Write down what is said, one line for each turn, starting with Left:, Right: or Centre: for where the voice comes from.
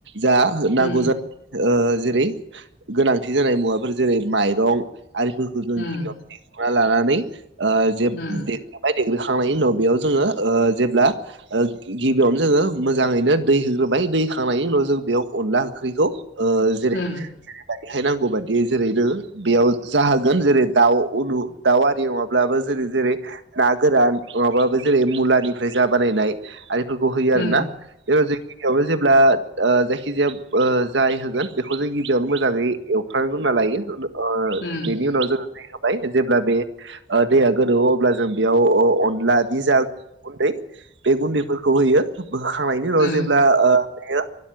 Right: जा नांगौ
Left: उम
Right: जायो ओ जेरै गोनांथि जानाय मुवाफोर जेरै माइरं आरिफोरखौ जों गिबियाव
Left: उम
Right: दैखना लानानै ओ जे य
Left: उम
Right: देग्रोखांनायनि उनाव बेयाव जोङो ओ जेब्ला ओ गिबियावनो जोङो मोजाङैनो दै होग्रोबाय दै होखांनायनि उनाव जों बेयाव अनला ओख्रिखौ ओ जेरै
Left: उम
Right: जब बेहाय नांगौ बादियै जेरैनो बेयाव जाहोगोन जेरै दाउ उनु दाउ आरि नंङाब्लाबो जेरै जेरै ना गोरान माबाबो जेरै मुलानिफ्राय जा बानायनाय आरिफोरखौ होयो आरो
Left: उम
Right: ना ए जि गिबियावनो जेब्ला ओ जायखिजाया ओ जाय होगोन बेखौ जों गिबियावनो मोजाङै एवफ्राम होनना लायो ओ
Left: उम
Right: बेनि उनाव जोङो दैै होबाय जेब्ला बे ओ दैया गोदौवओ अब्ला जों बेयाव अ अनलानि जा गुन्दै बे गुन्दैफोरखौ होयो होखांनायनि उनाव
Left: उम
Right: जेब्ला ओ बेयो